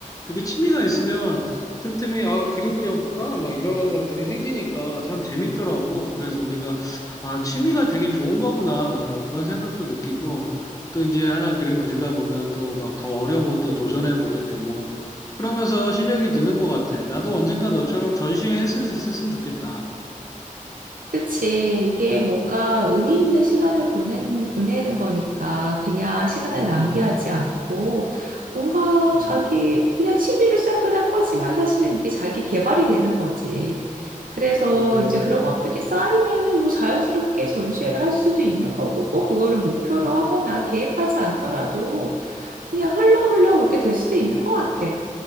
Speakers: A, on the left (about 25°); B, on the right (about 85°).
A: 이렇게 취미가 있으면 틈틈이 아, 그림 그려볼까? 막 이런 것들이 생기니까 참 재밌더라고. 그래서 우리가 아, 취미가 되게 좋은 거구나. 난 뭐 그런 생각도 느끼고 또 이제 하나 그림 그리다 보면 또 막 더 어려운 것도 도전해 보게 되고 그러면서 실력이 느는 것 같아. 나도 언젠가 너처럼 전시회 했을 수 있었으면 좋겠다.
B: 그치. 이게 뭔가 의미 있는 시간을 보낸, 보내는 거니까 그냥 시간을 낭비하지
A: 음,
B: 않고 뭔가
A: 음,
B: 자기 그냥 취미로 시작을 한 거지만 사실은 이게 자기 개발이 되는 거지. 그래서
A: 음,
B: 이제 그런 것들이 쌓이면은 뭐 자연스럽게 전시회를 할 수도 있는 거고 꼭 그거를 목표로 하거나 계획하지 않더라도 그냥 흘러 흘러 그렇게 될 수도 있는 것 같아.